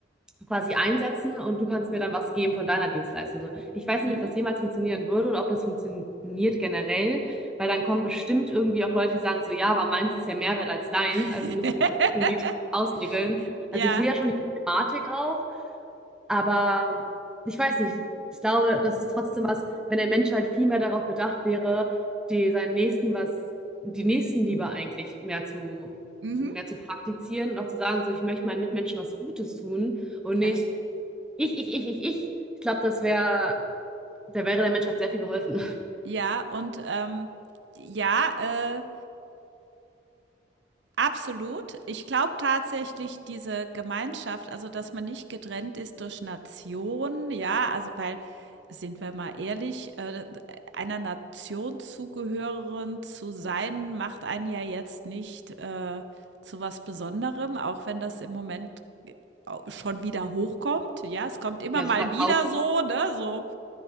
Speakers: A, in the centre; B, on the right.
A: quasi einsetzen und du kannst mir dann was geben von deiner Dienstleistung. So, ich weiß nicht,
B: mhm.
A: ob das jemals funktionieren würde oder ob das funktioniert generell, weil dann kommen bestimmt irgendwie auch Leute, die sagen so, ja, aber meins ist ja mehr wert als deins,
B: <laughs>
A: also müssen wir gucken, wie wir das ausregeln.
B: Ja.
A: Also ich sehe ja schon die Thematik auch, aber ich weiß nicht, ich glaube, das ist trotzdem was, wenn der Mensch halt viel mehr darauf bedacht wäre, die seinen Nächsten was, die Nächstenliebe eigentlich mehr zu,
B: Mhm,
A: mehr zu praktizieren und auch zu sagen, so ich möchte meinen Mitmenschen was Gutes tun und
B: ja.
A: nicht ich, ich, ich, ich, ich. Ich glaube, das wäre, da wäre der Menschheit sehr viel geholfen. <laughs>
B: Ja, und, ähm, ja, äh Absolut. Ich glaube tatsächlich diese Gemeinschaft, also dass man nicht getrennt ist durch Nation, ja, also weil, sind wir mal ehrlich, äh, einer Nation zugehören zu sein, macht einen ja jetzt nicht äh, zu was Besonderem, auch wenn das im Moment au- schon wieder hochkommt. Ja, es kommt immer
A: Ja,
B: mal
A: so verkauft.
B: wieder so, ne, so,